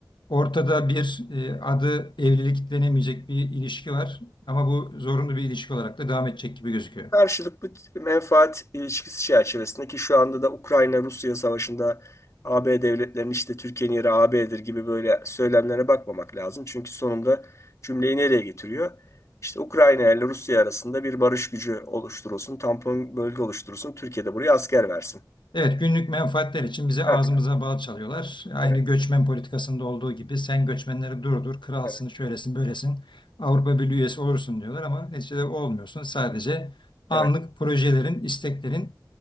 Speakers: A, on the left; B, on the left.
A: Ortada bir e, adı evlilik denemeyecek bir ilişki var ama bu zorunlu bir ilişki olarak da devam edecek gibi gözüküyor.
B: karşılıklı menfaat ilişkisi çerçevesinde ki şu anda da Ukrayna-Rusya savaşında AB devletlerinin işte Türkiye'nin yeri AB'dir gibi böyle söylemlere bakmamak lazım. Çünkü sonunda cümleyi nereye getiriyor? İşte Ukrayna ile Rusya arasında bir barış gücü oluşturulsun, tampon bölge oluşturulsun, Türkiye de buraya asker versin.
A: Evet günlük menfaatler için bize
B: Tabii,
A: ağzımıza bal çalıyorlar. Aynı
B: evet,
A: göçmen politikasında olduğu gibi sen göçmenleri durdur, kralsın,
B: evet,
A: şöylesin, böylesin, Avrupa Birliği üyesi olursun diyorlar ama neticede olmuyorsun. Sadece anlık
B: evet,
A: projelerin, isteklerin